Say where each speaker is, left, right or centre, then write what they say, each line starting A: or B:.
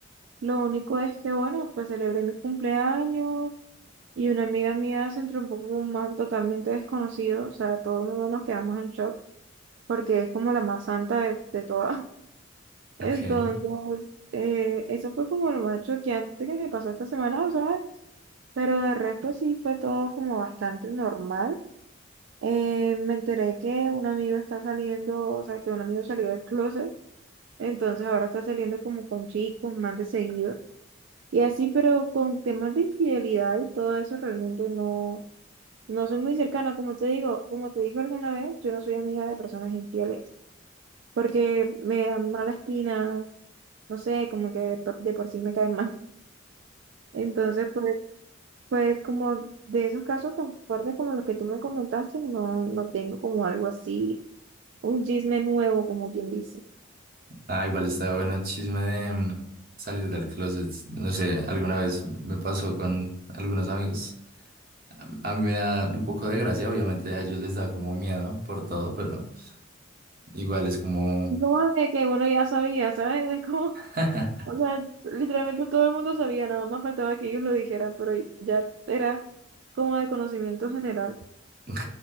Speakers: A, on the right; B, on the right.
A: Lo único es que, bueno, pues celebré mi cumpleaños y una amiga mía se entrompó con un man totalmente desconocido. O sea, todo el mundo nos quedamos en shock porque es como la más santa de, de todas. <laughs> Entonces,
B: Ok.
A: eh, eso fue como lo más choqueante que me pasó esta semana, ¿sabes? Pero de resto sí fue todo como bastante normal. Eh, me enteré que un amigo está saliendo, o sea, que un amigo salió del closet. Entonces ahora está saliendo como con chicos más de seguido y así, pero con temas de infidelidad y todo eso realmente no, no soy muy cercana. Como te digo, como te dije alguna vez, yo no soy amiga de personas infieles porque me dan mala espina, no sé, como que de, por de por sí me caen mal. <laughs> Entonces, pues, pues como de esos casos tan fuertes como los que tú me comentaste, no, no tengo como algo así, un chisme nuevo, como quien dice.
B: Ah, igual está bueno el chisme de mm, salir del closet. No sé, alguna vez me pasó con algunos amigos. A mí me da un poco de gracia, obviamente a ellos les da como miedo por todo, pero igual es como...
A: Como de que uno ya sabía, ¿sabes? <laughs> Es como...
B: <laughs>
A: O sea, literalmente todo el mundo sabía, nada más faltaba que ellos lo dijeran, pero ya era como de conocimiento general.
B: Ok,